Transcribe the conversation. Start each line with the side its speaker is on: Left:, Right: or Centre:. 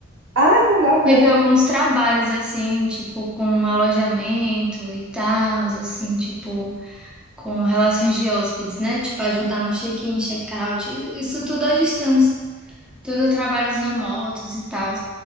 Right: Ah, que legal, parabéns.
Centre: Tive alguns trabalhos, assim, tipo, com alojamento e tal, assim, tipo, com relações de hóspedes, né? Tipo, ajudar no check-in, check-out, isso tudo à distância tudo trabalhos remotos e tal.